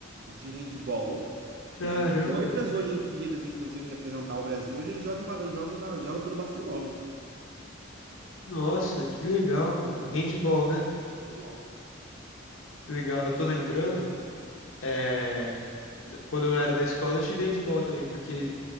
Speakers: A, on the right; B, on the left.
A: de handball.
B: Caramba!
A: Ele foi para as Olimpíadas, inclusive, representar o Brasil. Hoje ele joga, em Ba- joga, em Ba- joga pelo Barcelona.
B: Nossa, que legal, mano. Handball, né?
A: Handball.
B: Que legal, eu tô lembrando. É... Quando eu era da escola, eu tive handball também, porque